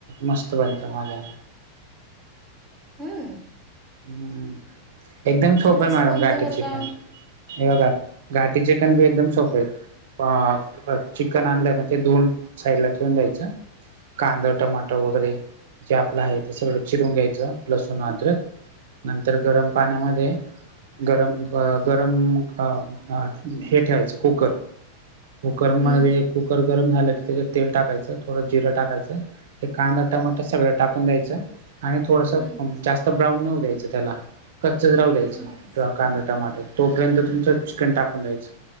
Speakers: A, on the right (about 55°); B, on the right (about 20°).
A: मस्त बनतं माझ्या
B: हाआआ.
A: हम्म एकदम सोपय
B: ते कसं
A: मॅडम
B: बनतं
A: घाटी
B: बरं
A: चिकन.
B: का
A: हे बघा घाटीचेिकन बी एकदम सोपये. अ चिकन आणलं ना ते धुउन साईड ला ठेवून द्यायचं. कांद, टमाट वगैरे जे आपलं आहे ते सगळं, चिरून घ्यायचं लसूण, अद्रक नंतर गरम पाण्यामध्ये गरम अ गरम हे ठेवायचं कुकर. कुकरमध्ये,
B: हम्म
A: कुकर गरम झालं की त्याच्यात तेल टाकायचं, थोडं जिरं टाकायचं. ते कांदा, टमाट सगळं टाकून द्यायचं,, आणि थोडसं
B: हम्म
A: जास्त ब्राऊन नाही होऊन द्यायचं त्याला. कच्चच राहू द्यायचं
B: हम्म
A: कांदा, टमाटर तोपर्यंत, तुमचं चिकन टाकून द्यायचं.